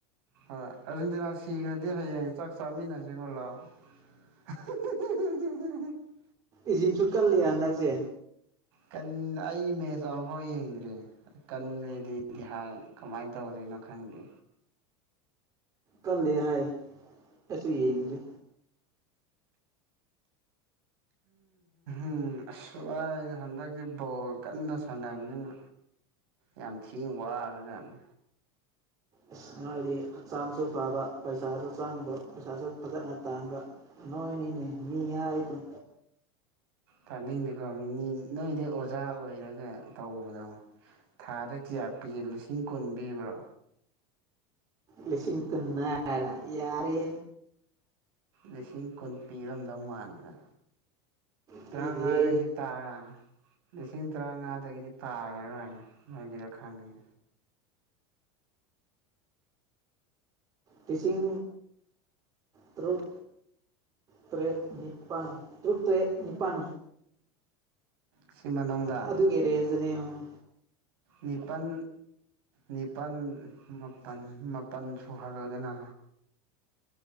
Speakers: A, on the right (about 65°); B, on the right (about 25°).
A: ꯍꯣꯏ ꯑꯔꯖꯦꯟꯗꯤꯅꯥ ꯁꯤꯈ꯭ꯔꯗꯤ ꯍꯌꯦꯡ ꯆꯥꯛ ꯆꯥꯃꯤꯟꯅꯁꯤꯀꯣ ꯂꯥꯛꯑꯣ <unintelligible>
B: ꯏꯖꯤꯞꯁꯨ ꯀꯜꯂꯤ ꯍꯟꯗꯛꯁꯦ
A: ꯀꯟ ꯑꯩ ꯃꯦꯁ ꯑꯝꯐꯥꯎ ꯌꯦꯡꯗ꯭ꯔꯤ ꯀꯟꯒ꯭ꯔꯦꯗꯤꯗꯤ ꯍꯥꯏ ꯀꯝꯃꯥꯏ ꯇꯧꯔꯤꯅꯣ ꯈꯪꯗꯦ
B: ꯀꯜꯂꯦ ꯍꯥꯏ ꯑꯩꯁꯨ ꯌꯦꯡꯗ꯭ꯔꯤ
A: ꯨꯑꯁ ꯋꯥꯏꯗ ꯍꯟꯗꯛꯁꯦ ꯕꯣꯜ ꯀꯟꯅ ꯁꯥꯟꯅꯕꯅꯤꯅ ꯌꯥꯝ ꯊꯤꯅ ꯋꯥꯈ꯭ꯔꯖꯥꯅꯦ
B: ꯑꯁ ꯅꯣꯏꯗꯤ ꯍꯛꯆꯥꯡꯁꯨ ꯐꯕ ꯄꯩꯁꯥꯁꯨ ꯆꯪꯕ ꯄꯩꯁꯥꯁꯨ ꯐꯖꯅ ꯇꯥꯟꯕ ꯅꯣꯏꯅꯤꯅꯦ ꯃꯤ ꯍꯥꯏꯗꯣ
A: ꯇꯥꯅꯤꯡꯗꯦꯀꯣ ꯅꯤ ꯅꯣꯏꯗꯤ ꯑꯣꯖꯥ ꯑꯣꯏꯔꯒ ꯇꯧꯕꯗꯣ ꯊꯥꯗ ꯀꯌꯥ ꯄꯤꯒꯦ ꯂꯤꯁꯤꯡ ꯀꯨꯟ ꯄꯤꯕ꯭ꯔꯣ
B: ꯂꯤꯁꯤꯡ ꯀꯨꯟ ꯍꯥꯏꯔ ꯌꯥꯔꯦ
A: ꯂꯤꯁꯤꯡ ꯀꯨꯟ ꯄꯤꯔꯝꯗꯧ ꯃꯥꯟꯗꯔ
B: ꯄꯤꯗꯦ
A: ꯇ꯭ꯔꯥꯡꯉꯥꯗꯒꯤꯗꯤ ꯇꯥ ꯂꯤꯁꯤꯡ ꯇꯔꯥꯡꯉꯥꯗꯒꯤꯗꯤ ꯇꯥꯔꯔꯣꯏ ꯅꯣꯏꯒꯤꯗꯣ ꯈꯪꯉꯦ
B: ꯂꯤꯁꯤꯡ ꯇꯔꯨꯛ ꯇꯔꯦꯠ ꯅꯤꯄꯥꯟ ꯇꯔꯨꯛ ꯇꯔꯦꯠ ꯅꯤꯄꯥꯟ
A: ꯁꯤ ꯃꯅꯨꯡꯗ
B: ꯑ ꯑꯗꯨꯒꯤ ꯔꯦꯟꯖꯗꯅꯤ ꯌꯦꯡꯉꯣ
A: ꯅꯤꯄꯟ ꯅꯤꯄꯟ ꯃꯥꯄꯟ ꯃꯥꯄꯟ ꯁꯨꯍꯜꯂꯣꯗꯅ